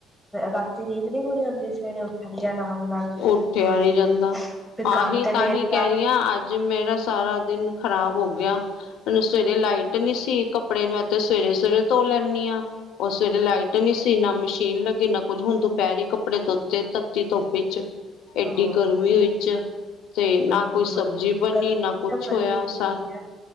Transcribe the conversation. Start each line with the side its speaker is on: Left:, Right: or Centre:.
Centre: ਰਾਤੀ ਨੀਂਦ ਨੀ ਪੂਰੀ ਹੁੰਦੀ ਸਵੇਰੇ ਉੱਠਣ ਦੀ ਆਰਾਮ ਨਾਲ
Left: ਉੱਠਿਆ
Centre: ਹੋਰ
Left: ਨਹੀਂ ਜਾਂਦਾ
Centre: ਫਿਰ
Left: ਆਹੀ
Centre: ਕੰਮ ਤੇ ਲੇਟ
Left: ਤਾਂਹੀ ਕਹਿ
Centre: ਜਾ
Left: ਰਹੀ ਹਾਂ ਅੱਜ ਅੱਜ ਮੇਰਾ ਸਾਰਾ ਦਿਨ ਖ਼ਰਾਬ ਹੋ ਗਿਆ ਸਵੇਰੇ ਲਾਈਟ ਨੀ ਸੀ ਕੱਪੜੇ ਮੈਂ ਤੇ ਸਵੇਰੇ -ਸਵੇਰੇ ਧੋ ਲੈਂਨੀ ਆ ਉਸ ਸਵੇਰੇ ਲਾਈਟ ਨੀ ਸੀ ਨਾ ਮਸ਼ੀਨ ਲੱਗੀ, ਨਾ ਕੁੱਝ ਹੁਣ ਦੁਪਹਿਰੀ ਕੱਪੜੇ ਧੋਤੇ ਤੱਤੀ ਧੁੱਪ ਵਿੱਚ ਐਡੀ
Centre: ਹਾਂ
Left: ਗਰਮੀ ਵਿੱਚ ਤੇ ਨਾ
Centre: ਗਰਮੀ
Left: ਕੋਈ
Centre: ਬੜੀ
Left: ਸਬਜ਼ੀ ਬਣੀ
Centre: ਗਰਮੀ
Left: ਨਾ ਕੁਛ
Centre: ਬੜੀ
Left: ਹੋਇਆ ਸਾ
Centre: ਹੈ